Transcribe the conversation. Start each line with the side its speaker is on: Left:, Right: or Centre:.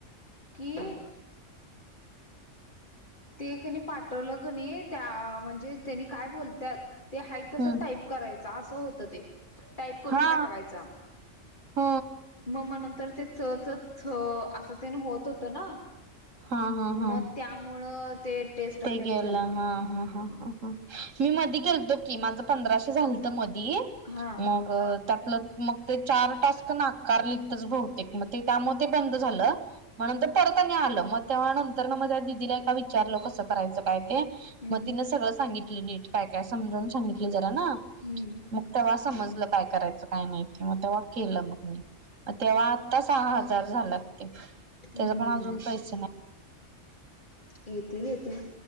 Left: की ते कणी पाठवलं कणी त्या म्हणजे त्यांनी काय बोलतात ते हा तसं
Right: हम्म
Left: टाईप करायचं असं होत ते टाईप करून
Right: हा
Left: पाठवायचं.
Right: ह
Left: मग मग नंतर ते च च च असं ते होत होतं ना.
Right: हा हा हा
Left: मग त्यामुळ ते टेस्ट
Right: ते
Left: फेल
Right: गेला
Left: झाले ह्.
Right: हा हा हा ह मी मधी केलतो की माझं पंधराशे झालं तर मधी
Left: हा
Right: मग अ त्यातलं मग ते चार टास्क नाकारलीतच बहुतेक मग ते त्यामुळे ते बंद झालं. मग नंतर परत आणि आलं मग तेव्हा नंतर ना मग त्या दिदीला का विचारलं कसं करायचं काय ते.
Left: हम्म
Right: मग तिनं सगळं सांगितलं नीट काय काय समजवून सांगितलं. जरा
Left: हम्म
Right: मग तेव्हा समजलं काय करायचं. काय नाही ते मग तेव्हा केलं मग मी मग तेव्हा आत्ता सहा हजार झालात ते
Left: हम्म
Right: तेज पण अजून पैस ना
Left: येतील येतील